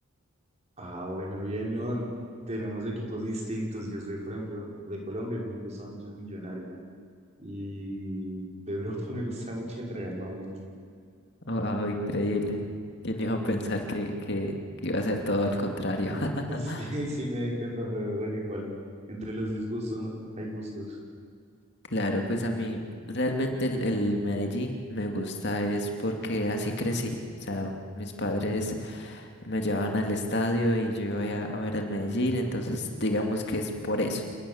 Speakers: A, on the right; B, on the left.
A: Ah, bueno, bien, no. Tenemos equipos distintos. Yo soy, por ejemplo, de Colombia, a mí me gusta mucho el Millonarios. Y de Europa <laughs> me gusta mucho el Real Madrid. <laughs>
B: Wow, increíble. ¿Quién iba a pensar que, que, que iba a ser todo al contrario? <laughs>
A: Sí, sí, me di cuenta, pero bueno, igual, entre los disgustos ¿no? hay gustos.
B: Claro, pues a mí realmente el, el Medellín me gusta es porque así crecí. O sea, mis padres me llevaban al estadio y yo iba a, a ver el Medellín, entonces digamos que es por eso.